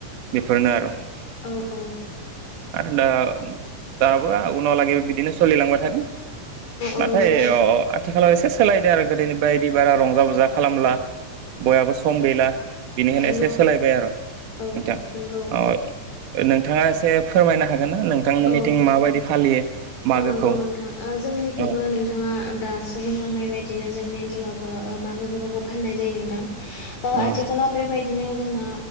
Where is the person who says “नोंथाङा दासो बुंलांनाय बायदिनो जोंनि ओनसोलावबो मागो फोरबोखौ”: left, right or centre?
Left